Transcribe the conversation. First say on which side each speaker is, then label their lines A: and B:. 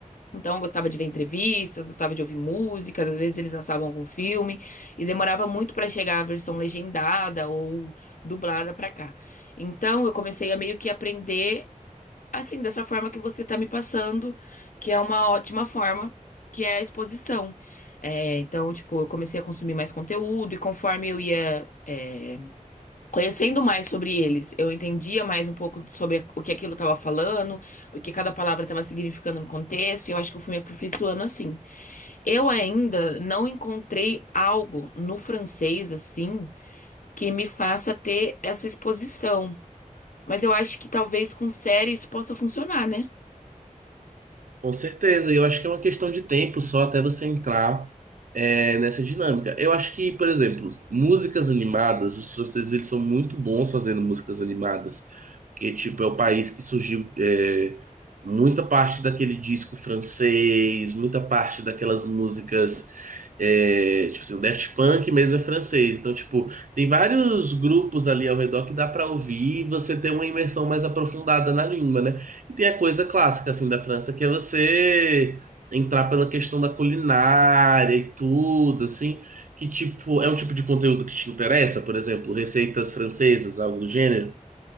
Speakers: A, on the left; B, on the right.
A: Então, eu gostava de ver entrevistas, gostava de ouvir músicas, às vezes eles lançavam algum filme e demorava muito pra chegar a versão legendada ou dublada pra cá. Então, eu comecei a meio que aprender assim, dessa forma que você tá me passando, que é uma ótima forma, que é a exposição. É, então, tipo, eu comecei a consumir mais conteúdo e conforme eu ia, é, Conhecendo mais sobre eles, eu entendia mais um pouco sobre o que aquilo estava falando, o que cada palavra estava significando no contexto, e eu acho que eu fui me aperfeiçoando assim. Eu ainda não encontrei algo no francês assim que me faça ter essa exposição, mas eu acho que talvez com série isso possa funcionar, né?
B: Com certeza, e eu acho que é uma questão de tempo só até você entrar é, nessa dinâmica. Eu acho que, por exemplo, músicas animadas, os franceses eles são muito bons fazendo músicas animadas, porque tipo é o país que surgiu é, muita parte daquele disco francês, muita parte daquelas músicas é, tipo assim, o Daft Punk mesmo é francês, então tipo tem vários grupos ali ao redor que dá pra ouvir e você ter uma imersão mais aprofundada na língua, né? E tem a coisa clássica, assim, da França, que é você entrar pela questão da culinária e tudo, assim, que, tipo, é um tipo de conteúdo que te interessa, por exemplo, receitas francesas, algo do gênero.